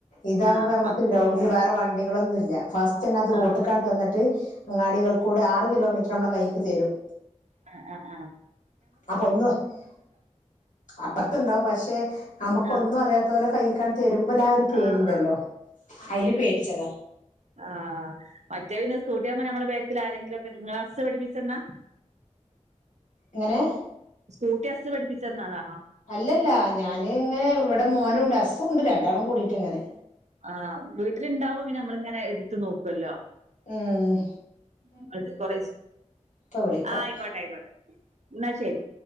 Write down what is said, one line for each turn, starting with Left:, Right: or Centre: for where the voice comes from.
Left: ഇതാവുമ്പോ
Right: ആഹ്
Left: നമക്ക്
Right: ആഹ്
Left: ഗ്രൗണ്ടിൽ വേറെ വണ്ടികളൊന്നുല്ല ഫസ്റ്റന്നെ അത്
Right: ആഹ്
Left: റോട്ടിക് തന്നിട്ട് അങ്ങാടികൾകൂടെ ആറ് കിലോമീറ്റർ നമ്മളെ കൈക്ക് തരും
Right: ആഹ് ആഹ് ആ
Left: അപ്പൊ ഒന്നും അറിയണ്ട അപ്പറത്തുണ്ടാവും പക്ഷെ നമ്മുക്ക്
Right: ആഹ്
Left: ഒന്നും അറിയാത്തോലെ കൈക്ക് തരുമ്പോല്ല ആ ഒരു പേടി
Right: ആഹ്
Left: ണ്ടല്ലോ
Right: ആഹ്
Left: അതില് പേടിച്ചതാ
Right: ആ മറ്റേ പിന്നെ സ്കൂട്ടിയാമ്പോ നമ്മെ ബാക്കിൽ ആരെങ്കിലും ഒക്കെ നിങ്ങളെ അസ്സ് പഠിപ്പിച്ചെന്നാ <inaudible>
Left: ങ്ങനെ
Right: സ്കൂട്ടി അസ് പഠിപ്പിച്ചന്നതാണോ
Left: അല്ലല്ല ഞാനിങ്ങനെ ഇവിടെ മോനുണ്ട് അസുംണ്ട് രണ്ടാളും കൂടിട്ടിങ്ങനെ
Right: ആവീട്ടിലുണ്ടാവുമ്പോ പിന്നെ നമ്മളിങ്ങനെ എടുത്തു നോക്കുല്ലോ
Left: മ്മ്
Right: <unintelligible>
Left: ഇപ്പ വിളിക്കാം
Right: ആയിക്കോട്ടെ ആയിക്കോട്ടെ ന്നാ ശരി